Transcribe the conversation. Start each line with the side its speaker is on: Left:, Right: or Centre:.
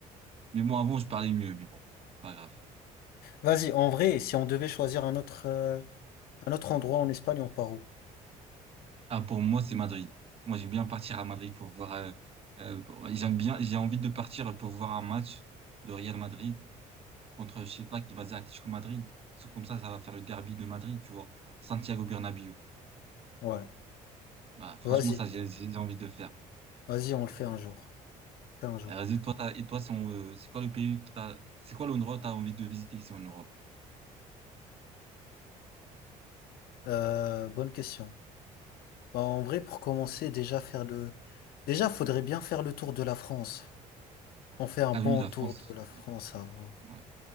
Right: Mais bon, avant, je parlais mieux, mais bon, pas grave.
Left: Vas-y, en vrai, si on devait choisir un autre, euh, un autre endroit en Espagne, on part où?
Right: Ah, pour moi, c'est Madrid. Moi, j'aime bien partir à Madrid pour voir. euh, euh, pour- j'aime bien, j'ai envie de partir pour voir un match de Real Madrid contre, je sais pas, qui va dire Atlético Madrid. C'est comme ça, ça va faire le derby de Madrid, tu vois. Santiago Bernabéu.
Left: Ouais.
Right: Voilà, franchement,
Left: Vas-y.
Right: ça, j'ai j'ai- j'ai envie de faire.
Left: Vas-y, on le fait un jour. Fait un jour.
Right: Euh, Vas-y, toi, t'as- et toi, c'est euh, c'est quoi le pays que t'as, c'est quoi l'endroit que t'as envie de visiter ici en Europe?
Left: Euh, bonne question. Bah, en vrai, pour commencer, déjà faire le. Déjà, faudrait bien faire le tour de la France. On fait un
Right: Ah
Left: bon
Right: oui, la
Left: tour
Right: France.
Left: de la France
Right: Ouais,
Left: avant.
Right: ouais.